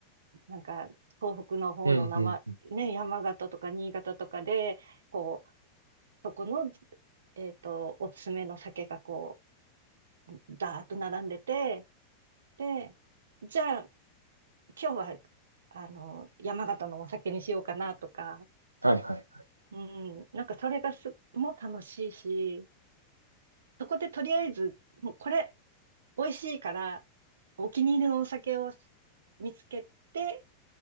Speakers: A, on the right; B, on the right.
A: なんか東北の方の生、
B: うんうん。
A: ね、山形とか新潟とかで、こう、そこの、えっと、おすすめの酒がこう、ダーッと並んでて、で、じゃあ今日は、あの、山形のお酒にしようかなとか、
B: はいはいはい。
A: うん、なんかそれがす、も楽しいし、そこでとりあえず、もうこれ、美味しいから、お気に入りのお酒を見つけて、